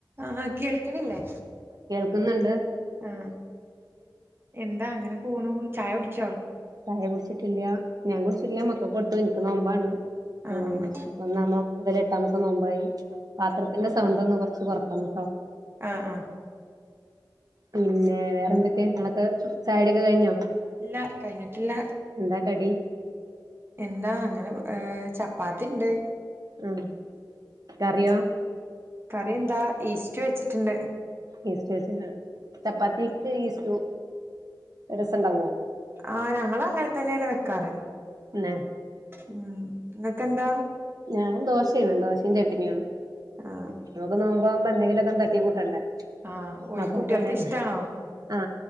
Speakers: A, on the right; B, on the right.
A: ആ കേൾക്ക്ണില്ലേ
B: ക്ക്ന്ന്ണ്ട്
A: ആ എന്താ അങ്ങനെ പോണു ചായ കുടിച്ചോ
B: ചായ കുടിച്ചിട്ടില്ല ഞാൻ കുടിച്ചിട്ടില്ല മക്കക്ക് കൊട്ത്തു ഇൻക്ക് നോമ്പാണ്
A: ആഹ്
B: ഉം ഒന്നാം നോമ്പ് മുതൽ എട്ടാമത്തെ നോമ്പായി പാത്രത്തിന്റെ സൗണ്ട് ഒന്ന് കൊർച്ച് കൊർ <unintelligible>
A: ആ ആ
B: പിന്നെ വേറെ എന്തൊക്കെ ഇങ്ങളൊക്കെ ചായൊടി ഒക്കെ കഴിഞ്ഞോ
A: ഇല്ല കഴിഞ്ഞിട്ടില്ല
B: എന്താ കടി
A: എന്താ അങ്ങനെ ഏ ചപ്പാത്തി ഇണ്ട്
B: ഉം കറിയോ
A: കറി എന്താ ഈസ്റ്റ് വെച്ചിട്ട്ണ്ട്
B: ഈസ്റ്റ് വെച്ചക്കാണ് ചപ്പാത്തിക്ക് ഈസ്റ്റു അയ് രസണ്ടാവോ
A: ആ ഞങ്ങള് അങ്ങനെ തന്നെയാണ് വെക്കാറ്
B: ഏ
A: ഉം നിങ്ങക്കെന്താ
B: ഞൻ ദോശയാണ് ദോശയും ചട്ടിനിയാണ്
A: ആഹ്
B: നമുക്ക് നോമ്പാകുമ്പോ എന്തെങ്കി എന്തേലൊക്കെ തട്ടികൂട്ടണ്ടെ
A: ആഹ് ഓല്
B: അപ്പൊ
A: കുട്ടികൾക്ക്
B: പിന്നെ
A: ഇഷ്ടാണോ
B: ആ